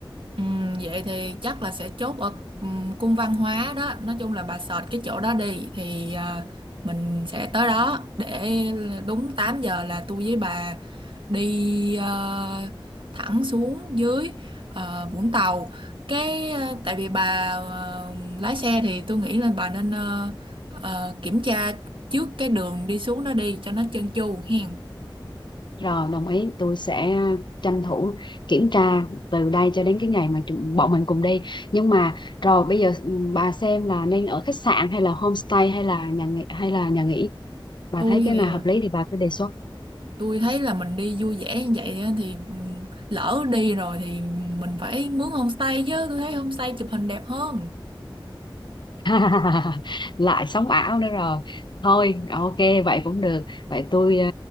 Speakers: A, on the right; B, on the left.
A: Ừm, vậy thì chắc là sẽ chốt ở ừm, cung văn hóa đó nói chung là bà search cái chỗ đó đi thì à, mình sẽ tới đó để đúng 8 giờ là tôi với bà đi ờ, thẳng xuống dưới ờ, Vũng Tàu cái ờ, tại vì bà ờ, lái xe thì tôi nghĩ là bà nên ờ, ờ, kiểm tra trước cái đường đi xuống đó đi cho nó trơn tru hen
B: rồi đồng ý tôi sẽ tranh thủ kiểm tra từ đây cho đến cái ngày mà chúng, bọn mình cùng đi nhưng mà rồi bây giờ ừ, bà xem là nên ở khách sạn hay là homestay hay là nhà nghỉ hay là nhà nghỉ bà
A: tôi
B: thấy cái
A: thì
B: nào hợp lý thì bà cứ đề xuất
A: tôi thấy là mình đi vui vẻ như vậy á, thì ừ, lỡ đi rồi thì mình phải mướn homestay chứ tôi thấy homestay chụp hình đẹp hơn
B: <laughs> lại sống ảo nữa rồi thôi ok vậy cũng được vậy tôi ờ,